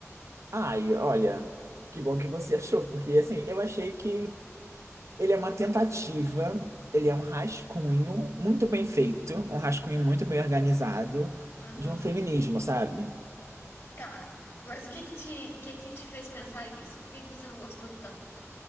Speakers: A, on the right (about 65°); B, on the left (about 55°).
A: Ai, olha, que bom que você achou, porque assim, eu achei que ele é uma tentativa, ele é um rascunho muito
B: Hum,
A: bem feito, um rascunho muito bem organizado
B: Aham.
A: de um feminismo, sabe?
B: Tá. Mas o que que te, o que que te fez pensar isso? Por que que você não gostou tanto?